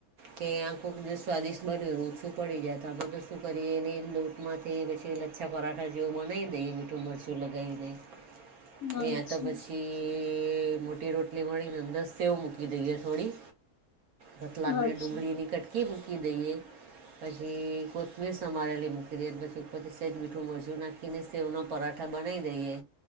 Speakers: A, on the right; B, on the left.
A: કે આં ખુંબ સ્વાદિષ્ટ બનયું ઓછું પડી જાય તો આપડે તો શું કરીએ એને લોટ માંથી પછી લચ્છા પરાઠા જેવું બનાવી દઈએ મીઠું મરચું લગાવી દઈ.
B: <inaudible>
A: વ
B: અચ્છા
A: તો પછી મોટી રોટલી વળી ને અંદર સેવ મૂકી દઈએ થોડી રતલામીને
B: અચ્છા.
A: ડુંગળીની કટકી મૂકી દઈએ પછી કોથમીર સમારેલી મૂકી દે ને પછી ઉપર થી સેજ મીઠું મરજું નાખી. કીને સેવના પરાઠા બનાવી દઈએ